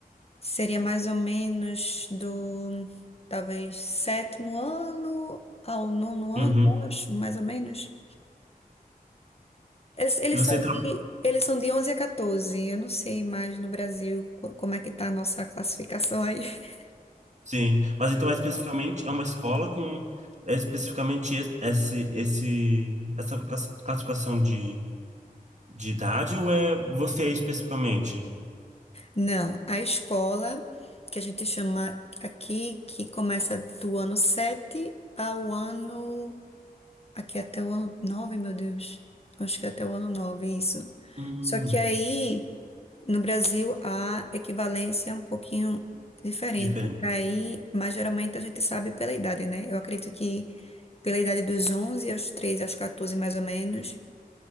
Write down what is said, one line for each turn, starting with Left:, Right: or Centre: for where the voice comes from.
Left: Seria mais ou menos do, talvez, sétimo ano ao nono ano,
Right: Uhum.
Left: eu acho, mais ou menos. Eles, eles
Right: E você
Left: são
Right: trabalha.
Left: de, eles são de 11 a 14. Eu não sei mais no Brasil co- como é que tá a nossa classificação aí. <laughs>
Right: Sim. Mas então é especificamente. É uma escola com. É especificamente es- esse, esse, essa class- classificação de, de idade ou é você especificamente?
Left: Não, a escola, que a gente chama aqui, que começa do ano 7 ao ano. Aqui até o ano nove meu Deus. Acho que é até o ano nove isso.
Right: Hum,
Left: Só que aí. No Brasil, a equivalência é um pouquinho diferente.
Right: diferente.
Left: Aí, mas geralmente a gente sabe pela idade, né? Eu acredito que pela idade dos 11 aos 13, aos 14 mais ou menos,